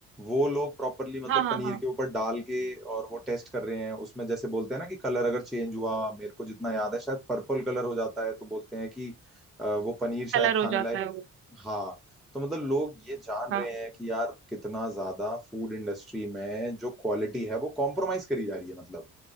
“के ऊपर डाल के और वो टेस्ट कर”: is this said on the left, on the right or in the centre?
Centre